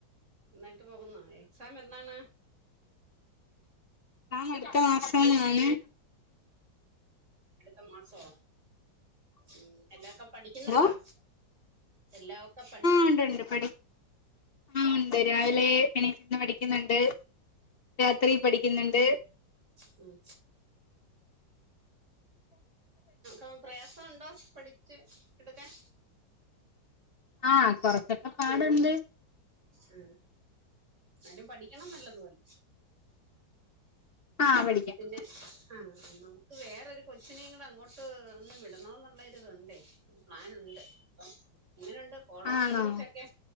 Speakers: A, on the right; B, on the left.
A: ന്നായിട്ട് പോകുന്നോ എക്സാം എന്നാണ്?
B: ആ അട്ത്ത മാസമാണ്.
A: അട്ത്ത മാസോ ഉം എല്ലക്കെ പഠിക്കുന്നുണ്ടോ?
B: ഹലോ
A: എല്ലാം ഒക്കെ പഠി
B: ണ്ട് ഉണ്ട്
A: ഉം
B: രാവിലെ എണീ പഠി ക്ക്ന്ന്ണ്ട് രാത്രി പഠിക്ക്ന്ന്ണ്ട്.
A: മ്. ഉം പ്രയാസംണ്ടോ പഠി ച് എട്ക്കാൻ?
B: ആ കൊർച്ചൊക്കെ പാട്ണ്ട്.
A: ഉം ന്നാലും പഠിക്കണം നല്ലതുപോലെ.
B: ആ പഠിക്കാം
A: പിന്നെ ആ നമുക്ക് വേറൊരു കൊച്ചിനെ കൂടെ അങ്ങോട്ട് ഒന്ന് വിടണോന്നുള്ളര് ഇത്ണ്ടേ പ്ലന് ഉണ്ട്. അപ്പം ഇങ്ങനെണ്ട്? കോളേജ
B: ആണോ
A: കുറിച്ചൊക്കെ